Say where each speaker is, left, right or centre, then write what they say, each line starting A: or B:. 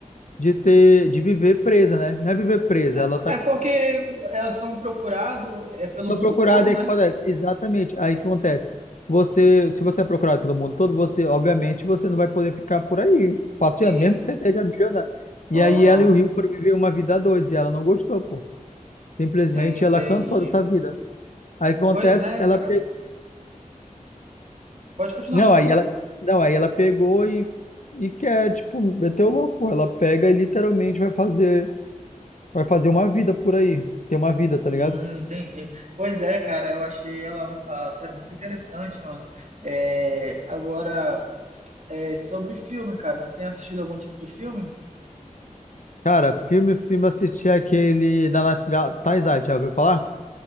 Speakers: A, on the left (about 65°); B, on the right (about 60°).
A: de ter, de viver presa, né? Não é viver presa,
B: É,
A: ela tá
B: é porque elas são procurados é, pelo
A: tão
B: mundo
A: procurada,
B: todo, né?
A: é que acontece. Exatamente, aí que acontece. Você, se você é procurado pelo mundo todo, você, obviamente, você não vai poder ficar por aí passeando,
B: Sim,
A: mesmo que você esteja milionário. E
B: aham,
A: aí ela e o Rio foram viver uma vida doida, e ela não gostou, pô. Simplesmente
B: sim, entendi.
A: ela cansou dessa vida. Aí o que acontece?
B: Pois é,
A: Ela
B: cara.
A: pe...
B: Pode continuar
A: não,
B: falando.
A: aí ela não, aí ela pegou e e quer, tipo, meter o louco. Ela pega e literalmente vai fazer vai fazer uma vida por aí. Ter uma vida, tá ligado?
B: Hum, entendi. Pois é, cara, eu achei ela, a série muito interessante, mano. É, agora. É, sobre filme, cara. Você tem assistido algum tipo de filme?
A: Cara, filme, filme, assisti aquele da Nath Ja- Taizai, já ouviu falar?